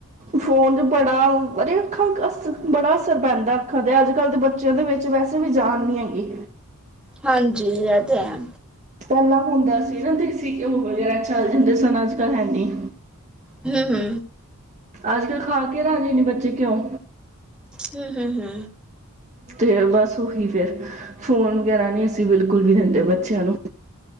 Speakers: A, on the right; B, in the centre.
A: ਫੋਨ ਫੜਾ ਬੜੀ ਅੱਖਾਂ ਅਸ ਬੜਾ ਅਸਰ ਪੈਂਦਾ ਅੱਖਾਂ ਤੇ ਅੱਜ ਕੱਲ੍ਹ ਦੇ ਬੱਚਿਆਂ ਦੇ ਵਿੱਚ ਵੈਸੇ ਵੀ ਜਾਨ ਨੀ ਹੈਗੀ।
B: ਹਾਂਜੀ ਇਹ ਤੇ ਹੈ।
A: ਕਰਨਾ ਹੁੰਦਾ ਸੀ ਨਾ ਦੇਸੀ ਘਿਓ ਵਗੈਰਾ ਚੱਲ ਜਾਂਦੇ ਸਨ ਅੱਜ ਕੱਲ ਹੈਨੀ।
B: ਹੂ ਹੂ
A: ਅੱਜ ਖਾਕੇ ਰਾਜੇ ਨਹੀ, ਬੱਚੇ ਘਉਂ।
B: ਹੂ ਹੂ ਹੂ
A: ਤੇ ਬਸ ਉਹੀ ਫੇਰ ਫੋਨ ਵਗੈਰਾ ਨਹੀਂ ਅਸੀਂ ਬਿਲਕੁਲ ਵੀ ਦਿੰਦੇ ਬੱਚਿਆਂ ਨੂੰ।